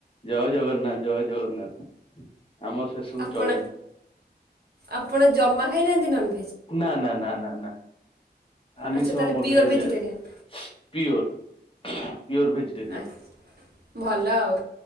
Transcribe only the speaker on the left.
ଜୟ ଜଗନ୍ନାଥ ଜୟ ଜଗନ୍ନାଥ ଆମର ସେସବୁ
ଚଳେନି।
ନାଁ ନାଁ ନାଁ ନାଁ ନାଁ। ଆମିଷ
ମୋ
ଦେହରେ
ଯାଏ ପିଓର୍ ପିଓର୍ ଭେଜିଟେରିଆନ୍।